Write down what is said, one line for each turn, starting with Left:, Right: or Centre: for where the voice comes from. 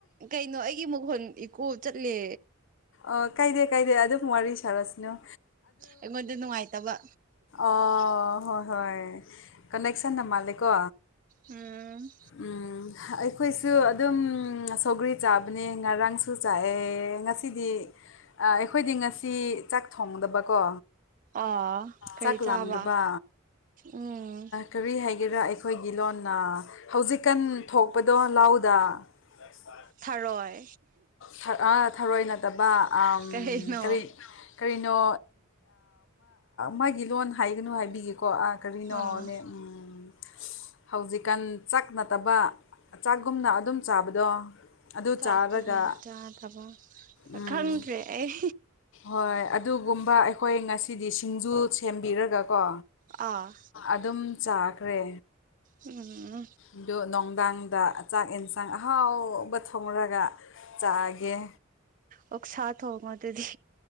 Right: ꯀꯩꯅꯣ꯫ ꯑꯩꯒꯤ ꯃꯈꯨꯣꯟ ꯏꯀꯣ ꯆꯠꯂꯦ
Left: ꯑ ꯀꯥꯏꯗꯦ ꯀꯥꯏꯗꯦ ꯑꯗꯨꯝ ꯋꯥꯔꯤ ꯁꯟꯅꯥꯁꯤꯑꯣ
Right: ꯑꯩꯉꯣꯟꯗ ꯅꯨꯡꯉꯥꯏꯇꯕ
Left: ꯑꯣ ꯍꯣꯏ ꯍꯣꯏ꯫ ꯀꯟꯅꯦꯛꯁꯟꯗ ꯃꯥꯜꯂꯦꯀꯣ
Right: ꯎꯝ
Left: ꯎꯝ ꯑꯩꯈꯣꯏꯁꯨ ꯑꯗꯨꯝ ꯁꯧꯒ꯭ꯔꯤ ꯆꯥꯕꯅꯦ ꯉꯔꯥꯡꯁꯨ ꯆꯥꯑꯦ ꯉꯁꯤꯗꯤ ꯑꯩꯈꯣ꯫ꯏꯗꯤ ꯉꯁꯤ ꯆꯥꯛ ꯊꯣꯡꯗꯕꯀꯣ
Right: ꯑꯥ ꯀꯩ
Left: ꯆꯥꯛ
Right: ꯆꯥꯕ
Left: ꯂꯥꯝꯗꯕ
Right: ꯎꯝ
Left: ꯀꯔꯤ ꯍꯥꯏꯒꯦꯔꯥ ꯑꯩꯈꯣꯏꯒꯤ ꯂꯣꯟꯅ ꯍꯧꯖꯤꯛꯀꯥꯟ ꯊꯣꯛꯄꯗꯣ ꯂꯧꯗꯥ ꯁ
Right: ꯊꯔꯣꯏ
Left: ꯐꯔ <inaudible> <unintelligible> ꯊꯔꯣꯏ ꯅꯠꯇꯕ
Right: ꯀꯩꯅꯣ
Left: ꯀꯔꯤ ꯀꯔꯤꯅꯣ ꯃꯥꯒꯤ ꯂꯣꯟ ꯍꯥꯏꯒꯅꯨ ꯍꯥꯏꯕꯤꯒꯦꯀꯣ ꯑꯥ ꯀꯔꯤꯅꯣꯅꯦ
Right: ꯑꯥ
Left: ꯎꯝ ꯍꯧꯖꯤꯛꯀꯥꯟ ꯆꯥꯛ ꯅꯠꯇꯕ ꯆꯥꯛꯒꯨꯝꯅ ꯑꯗꯨꯝ ꯆꯥꯕꯗꯣ ꯑꯗꯨ
Right: ꯆꯥꯛ
Left: ꯆꯥꯔꯒ
Right: ꯀꯨꯝ ꯆꯥꯗꯕ
Left: ꯎꯝ
Right: ꯈꯪꯗꯔꯦ ꯑꯩ
Left: ꯍꯣꯏ ꯑꯗꯨꯒꯨꯝꯕ ꯑꯩꯈꯣꯏ ꯉꯁꯤꯗꯤ ꯁꯤꯡꯖꯨ ꯁꯦꯝꯕꯤꯔꯒꯀꯣ
Right: ꯑꯥ
Left: ꯑꯗꯨꯝ ꯆꯥꯈ꯭ꯔꯦ
Right: ꯎꯝ
Left: ꯑꯗꯨ ꯅꯨꯡꯗꯥꯡꯗ ꯆꯥꯛ ꯌꯦꯟꯁꯥꯡ ꯑꯍꯥꯎꯕ ꯊꯣꯡꯔꯒ ꯆꯥꯒꯦ
Right: ꯑꯣꯛꯁꯥ ꯊꯣꯡꯉꯣ ꯑꯗꯨꯗꯤ